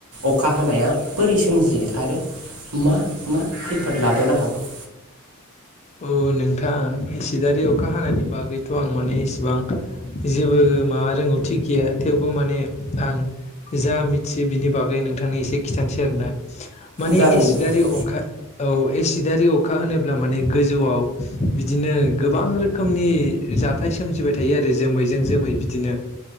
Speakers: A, on the right; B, on the left.
A: अखा हानाया बोरै सोमजियो आरो मा मा खैफोद लाबोनो हागौ?
B: औ नोंथां एसिदारि अखा हानायनि बागैथ' आं माने इसेबां जेबो माबा रोंगौथि गैया थेवबो माने आं जा मिथियो बिनि बागै नोंथांनो एसे खिथानिसै आरोना। माने
A: जागोन
B: एसिदारि
A: दे जागोन
B: अखा औ एसिदारि अखा होनोब्ला माने गोजौआव बिदिनो गोबां रोखोमनि जाथाय सोमजिबाय थायो आरो जोमैजों जोमै बिदिनो